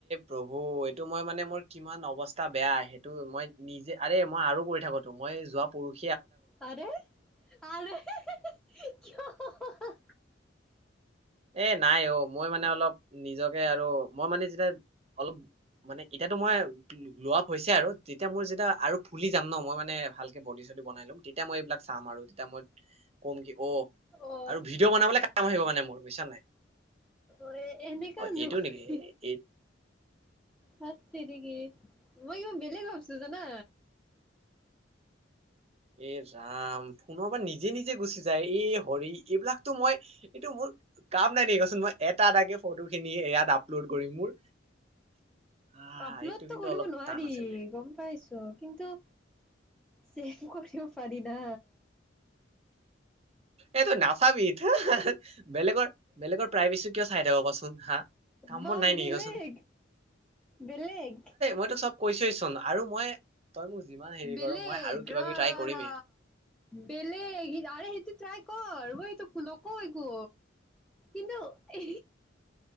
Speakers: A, on the right (about 35°); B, in the centre.
A: প্ৰভু এইটো মই মানে মোৰ কিমান অৱস্থা বেয়া সেইটো মই নিজে আৰে মই আৰু কৰি থাকোতো মই যোৱা পৰ-
B: আৰে আৰে হি হি হি খিয় হাঃ হাঃ হাঃ
A: এ নাই অ মই মানে অলপ নিজকে আৰু মই মানে যেতিয়া অলপ মানে ইতাতো মই লোৱা পইচাই আৰু যেতিয়া মোৰ যেতিয়া আৰু ফুলি যাম ন মই মানে ভালকে বডী চডী বনাই লম তেতিয়া মই এইবিলাক চাম আৰু তেতিয়া মই কম কি অ
B: অ
A: আৰু ভিডিঅ' বনাবলৈ কাম আহিব মানে মোৰ ছ নাই
B: অ এনেকা
A: অ
B: নোৰি
A: এইটো নেকি এই
B: থাত তেৰিকি মই ইমান বেলেগ ভাবছো জানা
A: এ ৰাম ফোনৰ পৰা নিজে নিজে গুচি যায় এই হৰি এইবিলাকতো মই এইটো মোৰ কাম নাই ন কচোন মই এটা এটাকে ফটো খিনি ইয়াত আপলোড কৰিম মোৰ আহ
B: আপলোডটো
A: এইটো কিন্তু
B: কৰিব
A: অলপ
B: নোৱাৰি
A: টান আছিল দে
B: গম পাইছো কিন্তু চেন্দ কৰিব পাৰি না
A: এইটো নাচাবি থা হা হা বেলেগৰ বেলেগৰ প্ৰাইভেচি কিয় চাই থাক কচোন হা কাম
B: বা
A: মন নাই নেকি
B: বেলেগ
A: কচোন
B: বেলেগ
A: মই তোক চব- কৈছোৱেচোন আৰু মই তই মোক যিমান হেৰি
B: বলেগ
A: কৰ মই আৰু কিবা
B: ৰ
A: কিবি ট্ৰাই
B: ৰ
A: কৰিমেই
B: ৰ বেলেগ আৰে সেইটো ট্ৰাই কৰ মই এই তো নকওঁ একো কিন্তু এ